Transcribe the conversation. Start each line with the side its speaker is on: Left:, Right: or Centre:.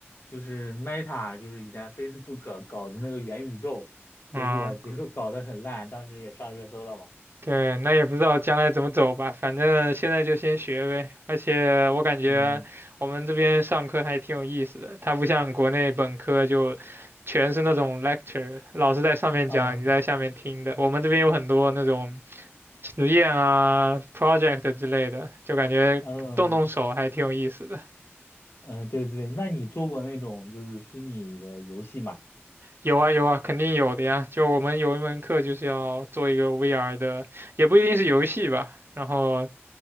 Left: 就是 Meta，就是以前 Facebook 搞的那个元宇宙，
Right: 嗯，
Left: 结果结果搞得很烂，当时也上热搜了嘛。
Right: 对，那也不知道将来怎么走吧，反正现在就先学呗。而且我感觉我们这边上课还挺有意思的，
Left: 嗯
Right: 它不像国内本科就全是那种 lecture，老师在上面讲，
Left: 嗯
Right: 你在下面听的。我们这边有很多那种。实验啊、project 之类的，就感觉动动手还挺有意思的。
Left: 嗯嗯，对对对，那你做过那种就是虚拟的游戏吗？
Right: 有啊有啊，肯定有的呀。就我们有一门课就是要做一个 VR 的，也不一定是游戏吧。然后